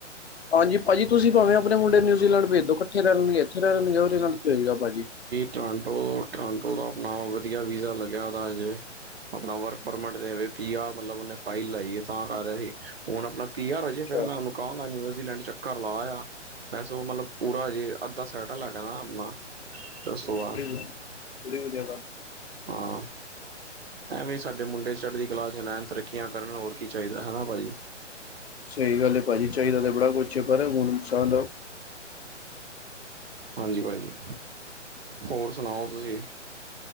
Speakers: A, on the left; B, on the right.
A: ਹਾਂਜੀ ਭਾਜੀ ਤੁਸੀਂ ਭਾਵੇਂ ਆਪਣੇ ਮੁੰਡੇ ਨਿਊਜ਼ਲੈਂਡ ਭੇਜ ਦੋਂ ਕੱਠੇ ਰਹਿ ਲੈਣਗੇ ਇਥੇ ਰਹਿ ਲੈਣਗੇ ਉਹਦੇ ਨਾਲ ਭੇਜ ਦੋ ਭਾਜੀ।
B: ਟੋਰਾਂਟੋ- ਟਰਾਂਟੋ ਦਾ ਆਪਣਾ ਵਧੀਆ ਵੀਜ਼ਾ ਲੱਗਿਆ ਦਾ ਹਜੇ। ਆਪਣਾ ਵਰਕ ਪਰਮਿਟ ਤੇ ਵੇ ਪੀ ਆਰ ਮਤਲਬ ਉਹਨੇ ਫਾਈਲ ਲਾਈ ਏ। ਤਾਂ ਕਰ ਰਿਹਾ ਸੀ। ਹੁਣ ਆਪਣਾ ਪੀ ਆਰ ਹੋ
A: ਅੱਛਾ
B: ਜੇ ਫੇਰ ਮੈਂ ਉਹਨੂੰ ਕਹਾਂਗਾ ਨਿਊਜ਼ੀਲੈਂਡ ਚ' ਘਰ ਲੇਆ। ਵੈਸੇ ਉਹ ਮਤਲਬ ਪੂਰਾ ਹਜੇ ਅੱਧਾ ਸੈਟ ਲੈਟਲ ਹੋਗਨਾ ਨਾ ਆਪਣਾ। ਦੱਸਵਾ।
A: ਬੜੀ ਵਧ- ਬੜੀ ਵਧੀਆ ਗੱਲ।
B: ਹਾਂ, ਐਵੇਂ ਸਾਡੇ ਮੁੰਡੇ ਚ' ਚੜ੍ਹਦੀ ਕਲਾ ਚ' ਰਹਿਣ ਤਰੱਕੀਆਂ ਕਰਨ ਹੋਰ ਕੀ ਚਾਹੀਦਾ ਹਨਾ, ਭਾਜੀ।
A: ਸਹੀ ਗੱਲ ਭਾਜੀ ਚਾਹੀਦਾ ਤੇ ਬੜਾ ਕੁਛ ਪਰ ਹੁਣ <unintelligible> ਇਨਾਨ ਲਓ।
B: ਹਾਂਜੀ ਭਾਜੀ, ਹੋਰ ਸੁਣਾਓ ਤੁਸੀਂ?